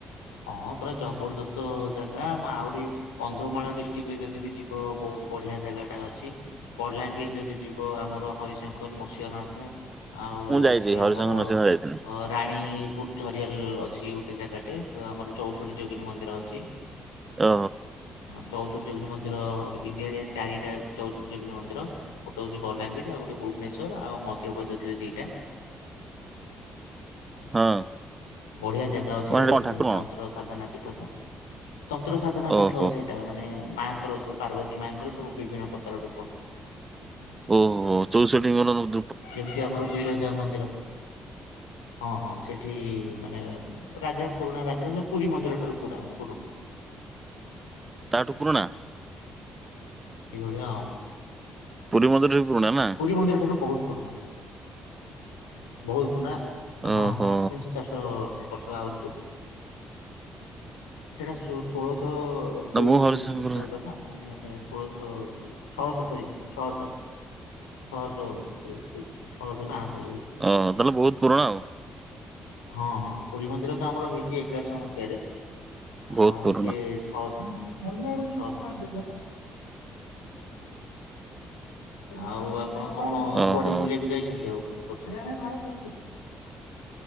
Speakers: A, on the left (about 80°); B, on the right (about 25°).
A: ହଁ ପୁରା ଜବରଦସ୍ତ ଜାଗା ଆହୁରି କନ୍ଧମାଳ ଡିଷ୍ଟ୍ରିକ୍ଟ ରେ ଯଦି ବି ଯିବ ବହୁତ ବଢିଆ ଜାଗାଟା ଅଛି ବଲାଙ୍ଗିର ଯଦି ଯିବ ଆମର ହରିଶଙ୍କର ନୃସିଂହନାଥ ଆଉ
B: ମୁଁ ଯାଇଛି
A: ଅଛି
B: ହରିଶଙ୍କର
A: ଆମର
B: ନୃସିଂହ
A: ଅ
B: ଯାଇଥିଲି।
A: ରାଣୀପୁର ଝରିଆଲ ଅଛି ଗୋଟେ ଜାଗାଟେ ଆମର ଚଉଷଠୀ ଯୋଗିନୀ ମନ୍ଦିର ଅଛି
B: ଓ
A: ଚଉଷଠି ଯୋଗିନୀ ମନ୍ଦିର ଇଣ୍ଡିଆରେ ଚାରିଟା ଚଉଷଠି ଯୋଗିନୀ ମନ୍ଦିର ଗୋଟେ ହଉଛି ବଲାଙ୍ଗୀର ଆଉ ଗୋଟେ ଭୁବନେଶ୍ୱର ଆଉ ମଧ୍ୟପ୍ରଦେଶରେ ଦିଟା
B: ହଁ
A: ବଢିଆ ଜାଗା ଅଛି
B: କଣ
A: ସେଟା
B: ସେଠି କଣ ଠାକୁର କଣ?
A: ତନ୍ତ୍ର ସାଧନା ପୀଠ ତ ତନ୍ତ୍ର ସାଧନା ପୀଠ
B: ଓହୋ
A: ସେଇଟା ସେଟା ମାନେ ମାଙ୍କର ସବୁ ପାର୍ବତୀ ମାଆଙ୍କର ସବୁ ବିଭିନ୍ନ ପ୍ରକାର ରୂପ
B: ଓହୋ ତ ସେଠ ଓଙ୍କୁ
A: ଯେମିତି ଆମର ବିରଜା ମନ୍ଦିର ହଁ ହଁ ସେଠି ମାନେ ରାଜା ପୁରୁଣା ରାଜା ମେ ପୁରୀ ମନ୍ଦିର ଠାରୁ ପୁରା ପୁରୁଣା
B: ତାଠୁ ପୁରୁଣା
A: ଏଳିଆ ଆଉ
B: ପୁରୀ ମନ୍ଦିର ବି ପୁରୁଣା ନା
A: ପୁରୀ ମନ୍ଦିରଠୁ ବି ବହୁତ ପୁରୁଣା ବହୁତ ପୁରୁଣା
B: ଓହୋ।
A: ହଁ ହଁ ତିନିଶହ ଚାରିଶହ ବର୍ଷ ଆହୁରି ପୂର୍ବରୁ ସେଇଟା ଷୋଳଶହ
B: ନା
A: ଯୋଉ
B: ମୁଁ ହରିଶଙ୍କର
A: ଖ୍ରୀଷ୍ଟାବ୍ଦ ନା ମାନେ ଷୋଳଶହ ଛଅଶହ ସରି ଛଅଶହ <inaudible>
B: ଓହ ତାହେଲେ ବହୁତ ପୁରୁଣା ଆଉ
A: ହଁ ହଁ ପୁରୀ ମନ୍ଦିର ତ ଆମର ହେଇଛି ଏଗାରଶହ ମସିହାରେ <inaudible>
B: ବହୁତ ପୁରୁଣା
A: ଆଉ ଆପଣ କଣ
B: ଓହୋ।
A: କୁଆଡେ ବୁଲିବାକୁ ଯାଇଛନ୍ତି ଆଉ ଏପର୍ଷ